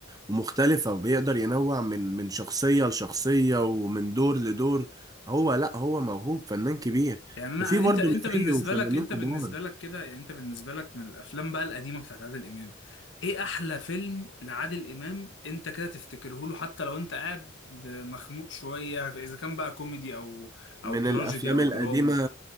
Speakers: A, on the right (about 20°); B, on the left (about 60°).
A: ومختلفة وبيقدر ينوع من من شخصية لشخصية ومن دور لدور هو لا هو موهوب فنان كبير
B: يعني انا
A: وفي برضه
B: انت انت
A: مثيه
B: بالنسبه
A: فنانين
B: لك انت
A: كبار
B: بالنسبه لك كده يعني انت بالنسبه لك من الافلام بقى القديمه بتاعت عادل امام ايه احلى فيلم لعادل امام انت كده تفتكره له حتى لو انت قاعد مخنوق شويه اذا كان بقى كوميدي او او
A: من
B: تراجيدي
A: الافلام
B: او
A: القديمه
B: دراما